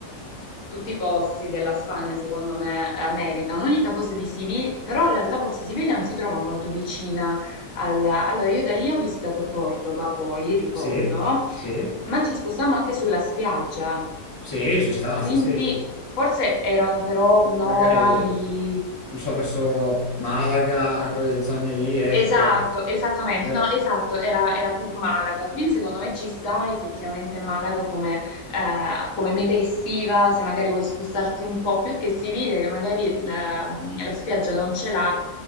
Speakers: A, on the left (about 60°); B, on the left (about 25°).
A: Tutti i posti della Spagna, secondo me, eh, meritano. L'unica cosa di Siviglia, però in realtà forse Siviglia non si trova molto vicina al... Allora, io da lì ho visitato Cordoba, poi, ricordo,
B: sì, sì,
A: ma ci spostammo anche sulla spiaggia,
B: sì, ci sta,
A: quindi
B: sì, sì.
A: forse erano però un'ora
B: magari,
A: di
B: non so, verso Malaga, quelle zone lì, ecco.
A: Esatto, esattamente,
B: Eh,
A: no, esatto, era, era proprio Malaga, quindi secondo me ci sta effettivamente Malaga come, eh, come meta estiva, se magari vuoi spostarti un po' più che Siviglia, che magari la, la spiaggia non ce l'ha,